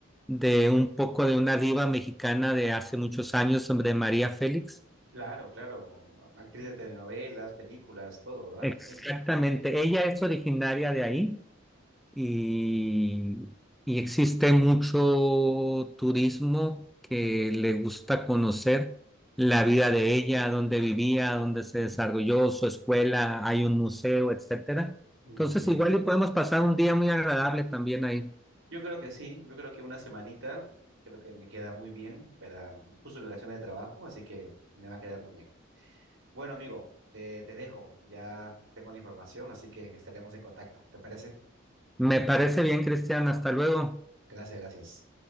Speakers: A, in the centre; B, on the right.
A: de un poco de una diva mexicana de hace muchos años, sobre María Félix.
B: Claro, claro. Actriz de telenovelas, películas, todo, ¿verdad?
A: Exactamente,
B: Sí.
A: ella es originaria de ahí y, y existe mucho turismo que le gusta conocer la vida de ella, dónde vivía, dónde se desarrolló, su escuela, hay un museo, etcétera.
B: Muy
A: Entonces,
B: bien.
A: igual y podemos pasar un día muy agradable también ahí.
B: Yo creo que sí, yo creo que una semanita, creo que me queda muy bien para justo mi vacaciones de trabajo, así que me va a quedar muy bien. Bueno, amigo, te, te dejo. Ya tengo la información, así que estaremos en contacto. ¿Te parece?
A: Me parece bien, Cristian, hasta luego.
B: Gracias, gracias.